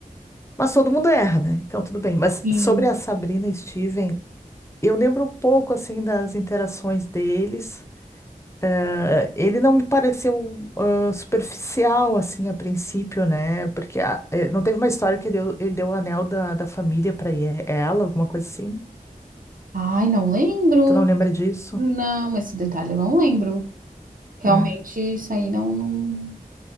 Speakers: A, on the left; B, on the right.
A: Mas todo mundo erra, né? Então tudo bem. Mas
B: Sim.
A: sobre a Sabrina e Steven, eu lembro um pouco assim das interações deles. Eh, ele não me pareceu ah, superficial, assim, a princípio, né? Porque a- eh, não teve uma história que deu- ele deu o anel da, da família pra e- ela, alguma coisa assim?
B: Ai, não lembro.
A: Tu não lembra disso?
B: Não, esse detalhe eu não lembro. Realmente,
A: É.
B: isso aí não, não...